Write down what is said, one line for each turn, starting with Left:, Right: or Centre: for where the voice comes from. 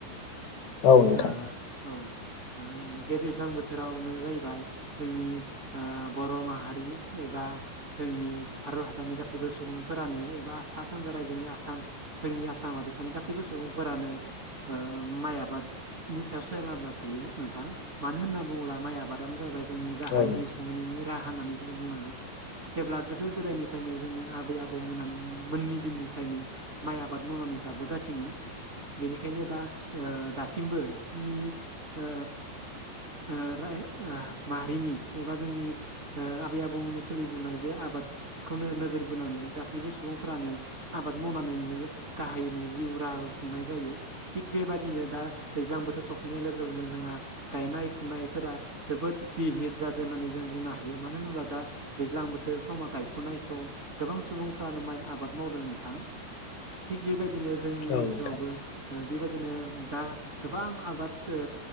Left: औ
Right: ओ
Left: नोंथां
Right: औ हो बे दैज्लां बो थोरावनो जाहैबाय जोंनि ओ बर' माहारि एबा जोंनि भारत हादरनि गासैबो सुबुंफोरानो एबा सा सानजा रायजोनि आसाम जोंनि आसाम हादोरसानि गासैबो सुबुं फोरानो ओ माइ आबादनि सायाव सोनारना थायो नोंथां मानो होनना बुंङोब्ला माइ आबादानो जाबाय जोंनि गाहाय
Left: औ नोंथां
Right: जिउ खुंनायनि राहा होननानै जों बुंनांगोन जेब्ला गोदो गोदायनिफ्रायनो जोंनि आबै आबौ मोना मोननि दिननिफ्रायनो माइ आबाद मावना नै जाबोगासिनो बेनिखायनो दा ओ दासिमबो जोंनि ओ ओ माहारिनि एबा जोंनि ओ आबै आबौमोननि सोलिबोनाय बे आबाद खौनो नोजोर बोनानै गासैबो सुबुंफ्रानो आबाद मावनानैनो गाहायनो जिउ राहा नाय जायो थिग बेबादिनो दा दैज्लां बोथोर सफैनाय लोगो लोगोनो जोंहा गायनाय फुनायफोरा जोबोद बिहिर जादों होननानै जों बुंनो हायो मानो होनोब्ला दा दैज्लां बोथोर समा गायफुनाय सम गोबां सुबुंफ्रानो माइ आबाद मावदों नोंथां थिग बेबाय दिनो जोंनि
Left: औ
Right: ओनसोलावबो
Left: नोंथां
Right: ओ बेबाय दिनो दा गोबां आबाद ओ